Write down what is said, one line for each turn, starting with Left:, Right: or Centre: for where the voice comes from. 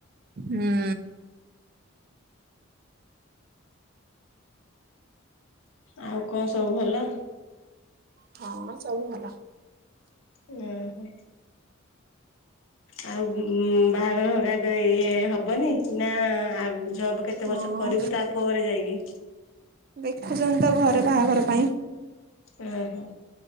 Right: ହୁଁ।
Left: ଆଉ କଣ ସବୁ ଭଲ।
Right: ହଁ ସବୁ ଭଲ।
Left: ଉଁ। ଆଉ ବାହାଘର ହେକା ଏବେ ଇଏ ହବନି ନା ଆ ଜବ କେତେ
Right: ହଁ
Left: ବର୍ଷ କରିବୁ ତା ପରେ ଯାଇକି।
Right: ଦେଖୁଛନ୍ତି ତ ଘରେ ବାହାଘର ପାଇଁ।
Left: ଓହୋ।